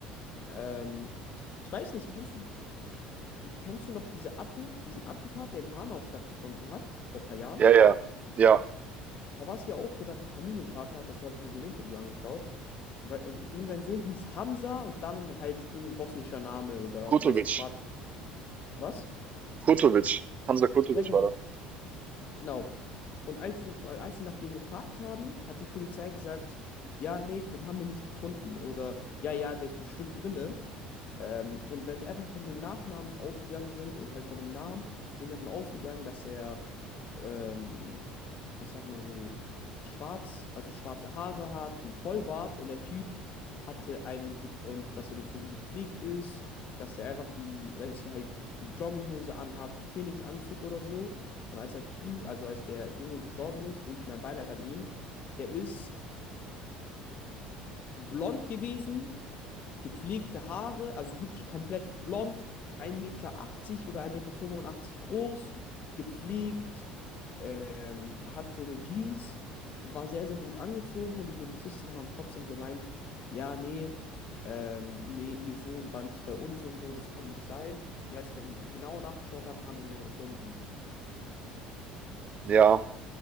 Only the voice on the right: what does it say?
Ja, ja. Ja.
Kurtovic.
Kurtovic. Hamza Kurtovic
war das.
Ja.